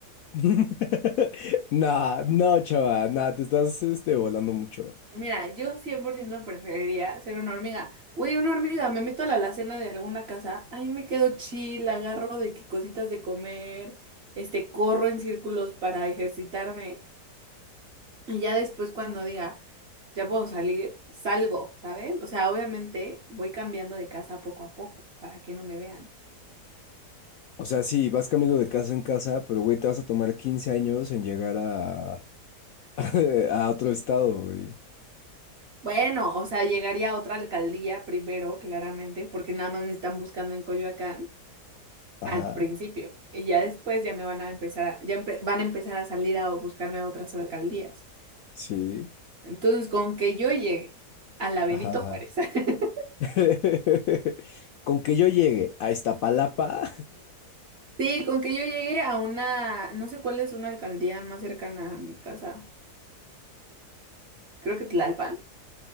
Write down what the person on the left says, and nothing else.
<laughs> Nah, no, chava, nah, te estás este, volando mucho.
O sea, sí, vas cambiando de casa en casa, pero güey, te vas a tomar 15 años en llegar a, <laughs> a otro estado, güey.
Ajá,
sí,
ajá, ajá.
<laughs> Con que yo llegue a Iztapalapa,